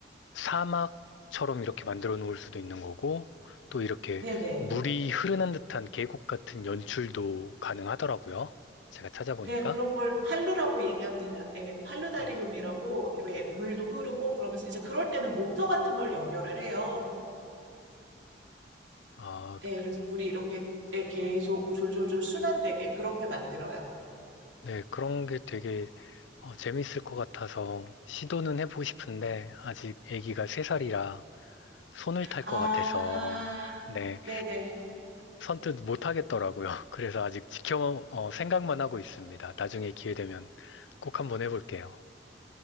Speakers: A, on the left; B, on the right.
A: 사막처럼 이렇게 만들어 놓을 수도 있는 거고, 또 이렇게
B: 네네.
A: 물이 흐르는 듯한 계곡 같은 연출도 가능하더라고요. 제가 찾아보니까.
B: 네, 그런 걸 팔루라고 얘기합니다. 예, 팔루다리움이라고
A: 어,
B: 왜 물도 흐르고 그러면서 이제 그럴 때는 모터 같은 걸 연결을 해요.
A: 아,
B: 예, 그래서 물이 이렇게 예, 계속 졸졸졸 순환되게 그렇게 만들어요.
A: 네, 그런 게 되게 어, 재밌을 것 같아서 시도는 해보고 싶은데, 아직 아기가 세살이라 손을 탈
B: 아,
A: 것 같아서, 네,
B: 네네.
A: 선뜻 못 하겠더라고요. <laughs> 그래서 아직 지켜, 어, 생각만 하고 있습니다. 나중에 기회 되면 꼭 한번 해볼게요.